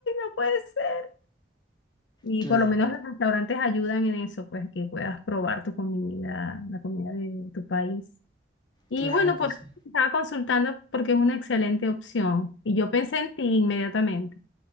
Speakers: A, on the left; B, on the left.
A: no puede ser. Y
B: Claro.
A: por lo menos los restaurantes ayudan en eso, pues que puedas probar tu comida, la comida de tu país. Y
B: Claro
A: bueno,
B: que
A: pues
B: sí.
A: estaba consultando porque es una excelente opción. Y yo pensé en ti inmediatamente.